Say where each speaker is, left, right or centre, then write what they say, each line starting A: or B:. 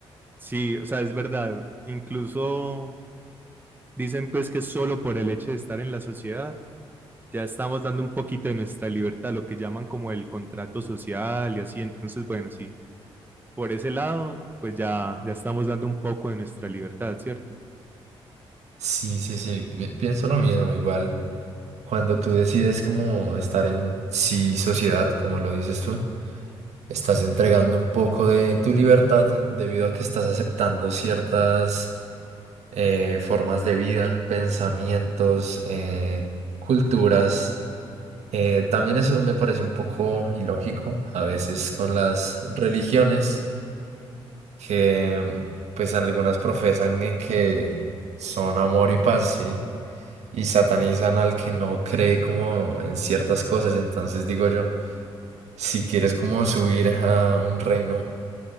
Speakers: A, on the right; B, on the right.
A: Sí, o sea, es verdad. Incluso dicen pues que solo por el hecho de estar en la sociedad ya estamos dando un poquito de nuestra libertad, lo que llaman como el contrato social y así. Entonces, bueno, sí, por ese lado, pues ya, ya estamos dando un poco de nuestra libertad, ¿cierto?
B: Sí, sí, sí, pi- pienso lo mismo, igual. Cuando tú decides como estar en sí sociedad, como lo dices tú, Estás entregando un poco de tu libertad debido a que estás aceptando ciertas eh, formas de vida, pensamientos, eh, culturas. Eh, también eso me parece un poco ilógico a veces con las religiones que pues algunas profesan en que son amor y paz, ¿sí? Y satanizan al que no cree como en ciertas cosas. Entonces digo yo, si quieres como subir a un reino